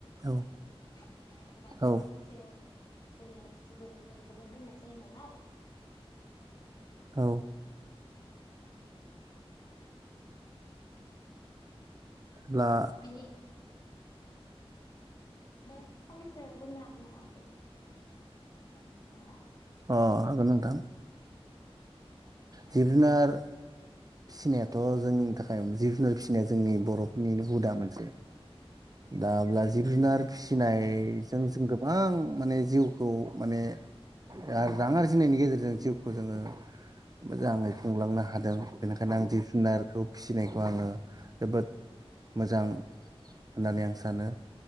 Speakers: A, on the right; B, on the left.
A: औ
B: आरो गोबां
A: औ
B: माखासेयाव गोलेर जिबौ बेफोरखौबो दोननाय जायो नालाय
A: औ बला
B: बिनि फंनैसो बुंनो हागोन नामा दे होनबा
A: अ हागोन नोंथां जिब जुनार फिसिनायाथ जोंनि थाखाय जिब जुनार फिसिनाया जोंनि बरफोरनिनो हुदा मोनसे दा अब्ला जिब जुनार फिसिनायजों जों गोबां माने जिउखौ माने आरो रां आरजिनायनि गेजेरजों जिउखौ जोङो मोजाङै खुंलांनो हादों बेनिखायनो आं जिब जुनार खौ फिसिनायखौ आङो जोबोद मोजां होननानै आं सानो